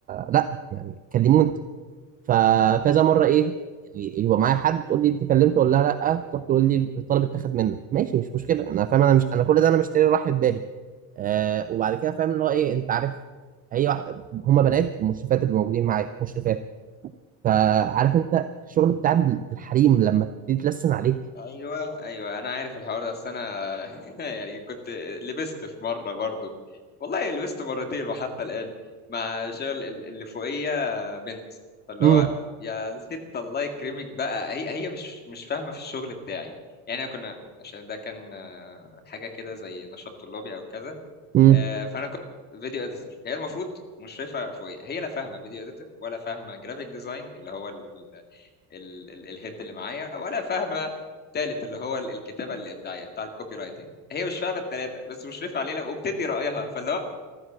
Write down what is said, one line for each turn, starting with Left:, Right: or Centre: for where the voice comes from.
Right: لا يعني كلموه انت فكذا مره ايه يعني يبقى معايا حد تقول لي انت كلمته ولا لا تروح تقول لي الطلب اتاخد منك ماشي مش مشكله انا فاهم انا مش انا كل ده انا مشتري راحه بالي آه وبعد كده فاهم اللي هو ايه انت عارف هي واحده هما بنات المشرفات اللي موجودين معاك مشرفات فعارف انت الشغل بتاع الحريم لما تبتدي تلسن عليك
Left: ايوه ايوه انا عارف الحوار ده اصل انا <laughs> يعني كنت لبست في مره برضو والله لبست مرتين وحتى الان مع شغل ال- اللي فوقيه بنت فاللي
Right: امم
Left: هو يا ست الله يكرمك بقى هي هي مش مش فاهمه في الشغل بتاعي يعني كنا عشان ده كان آه، حاجه كده زي نشاط طلابي او كذا
Right: امم
Left: آه، فانا كنت فيديو اديتور هي المفروض مشرفه فوقيه هي لا فاهمه فيديو اديتور ولا فاهمه جرافيك ديزاين اللي هو ال- ال- الهيد اللي معايا ولا فاهمه التالت اللي هو ال- الكتابه الابداعيه بتاع الكوبي رايتنج هي مش فاهمه التلاته بس مشرفه علينا وبتدي رايها فاللي هو